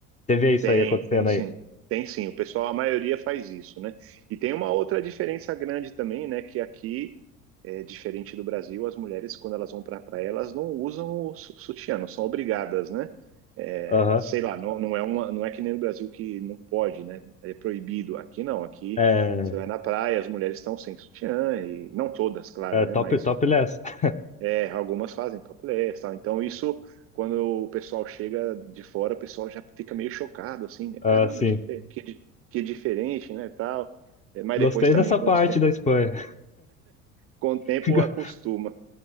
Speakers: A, on the left (about 15°); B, on the right (about 35°).
A: Você vê isso
B: Tem,
A: aí acontecendo
B: tem sim.
A: aí?
B: Tem sim. O pessoal, a maioria faz isso, né? E tem uma outra diferença grande também, né? Que aqui, é diferente do Brasil, as mulheres, quando elas vão para a praia, elas não usam o su- sutiã, não são obrigadas, né? É,
A: Aham.
B: sei lá, não, não é uma, não é que nem no Brasil que não pode, né? É proibido. Aqui não, aqui
A: É,
B: você vai na praia, as mulheres estão sem sutiã, e não todas, claro,
A: é
B: né?
A: top,
B: Mas
A: topless. <laughs>
B: é, algumas fazem topless, tal. Então isso, quando o pessoal chega de fora, o pessoal já fica meio chocado, assim, né?
A: Ah,
B: Caramba,
A: sim.
B: que, que, di- que diferente, né, tal. É, Mas
A: Gostei
B: depois também
A: dessa
B: com,
A: parte
B: os te-
A: da Espanha.
B: com o tempo
A: <laughs>
B: acostuma.